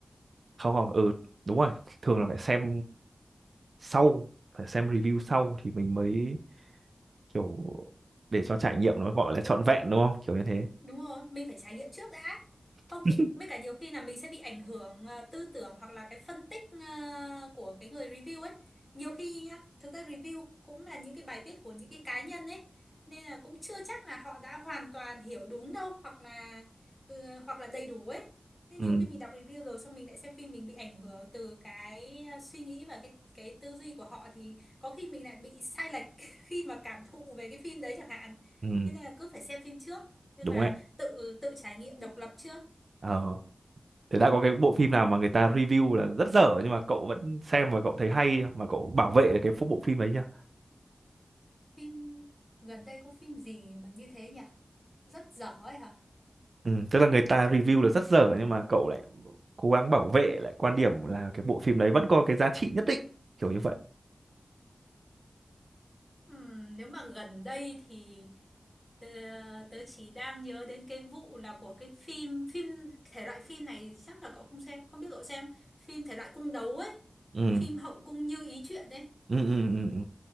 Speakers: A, on the right (about 70°); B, on the left (about 15°).
A: không không ừ đúng rồi, thường là phải xem sau, phải xem review sau thì mình mới kiểu để cho trải nghiệm nó gọi là trọn vẹn đúng không? Kiểu như thế.
B: Đúng rồi, mình phải trải nghiệm trước đã. Không
A: <laughs>
B: thì mấy cả nhiều khi là mình sẽ bị ảnh hưởng ờ, tư tưởng hoặc là cái phân tích ờ, của cái người review ấy. Nhiều khi nhá, thực ra review cũng là những cái bài viết của những cái cá nhân ấy. Nên là cũng chưa chắc là họ đã hoàn toàn hiểu đúng đâu hoặc là ờ, hoặc là đầy đủ ấy. Nên
A: Ừ,
B: nhiều khi mình đọc review rồi xong mình lại xem phim mình bị ảnh hưởng từ cái ờ, suy nghĩ và cái cái tư duy của họ thì có khi mình lại bị sai lệch <laughs> khi mà cảm thụ về cái phim đấy chẳng hạn.
A: ừ,
B: Thế nên là cứ phải xem phim trước. Tức
A: đúng
B: là
A: đấy.
B: tự tự trải nghiệm độc lập trước
A: Ờ, thế đã có cái bộ phim nào mà người ta review là rất dở nhưng mà cậu vẫn xem và cậu thấy hay chưa? mà cậu bảo vệ được cái phô- bộ phim ấy chưa?
B: phim gần đây có phim gì mà như thế nhỉ rất dở ấy hả
A: Ừ, tức là người ta review là rất dở
B: Ừm,
A: nhưng mà cậu lại cố gắng bảo vệ lại quan điểm là cái bộ phim đấy vẫn có cái giá trị nhất định kiểu như vậy.
B: ừm, nếu mà gần đây thì tớ, tớ chỉ đang nhớ đến cái vụ là của cái phim phim thể loại phim này chắc là cậu không xem không biết cậu xem phim thể loại cung đấu ấy
A: ừ
B: phim hậu cung như ý chuyện ấy
A: ừ ừ ừ ừ.